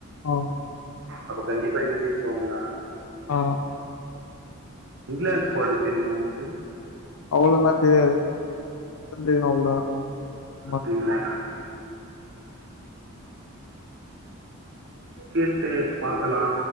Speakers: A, on the left; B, on the right.
A: ஆ
B: அப்போ கண்டிப்பா இன்னக்கி ஜெய்ச்சுருவாங்களா
A: ஆ
B: இங்லாந்து ஸ்கோட் தெரிமா ஒங்ளுக்கு
A: அவ்ளோலா தெரியாது தெரியு அவ்ளோதா ஆமா
B: அப்டிங்ளா கேட்டு பாக்கலா